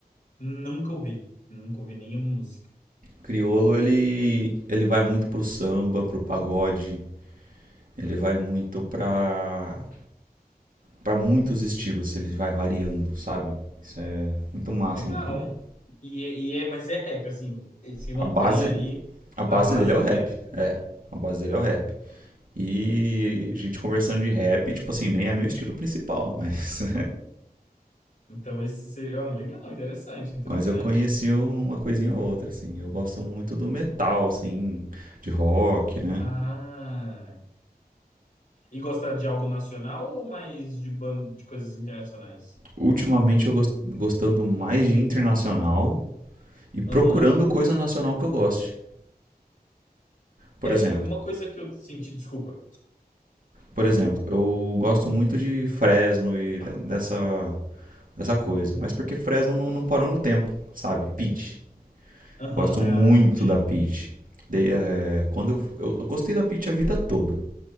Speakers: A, on the left; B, on the right.
A: Nunca ouvi. Nunca ouvi nenhuma música.
B: Criolo, ele, ele vai muito pro samba, pro pagode. Ele vai muito pra, pra muitos estilos. Ele vai variando, sabe? Isso é muito massa
A: Legal.
B: no criolo.
A: E, é- e é, mas é rap, assim, ele se mantém
B: A base,
A: ali
B: a
A: na
B: base
A: base
B: dele é
A: do
B: o rap.
A: rap.
B: É, a base dele é o rap. E a gente conversando de rap, tipo assim, nem é meu estilo principal, <laughs> mas
A: Então, esse seria. ó, legal, interessante, interessante.
B: Mas eu conheci uma coisinha ou outra, assim. Eu gosto muito do metal, assim, de rock, né?
A: Ah. E gosta de algo nacional ou mais de, ban... de coisas internacionais?
B: Ultimamente eu gos- gostando mais de internacional e procurando
A: Aham.
B: coisa nacional que eu goste. Por
A: É,
B: exemplo,
A: eu- uma coisa que eu senti. Desculpa.
B: por exemplo, eu gosto muito de Fresno e de- dessa, dessa coisa. Mas porque Fresno não, não parou no tempo, sabe? Peach.
A: Aham,
B: Gosto
A: ah,
B: muito
A: ok.
B: da Peach. De- eh, quando eu, eu, eu gostei da Peach a vida toda.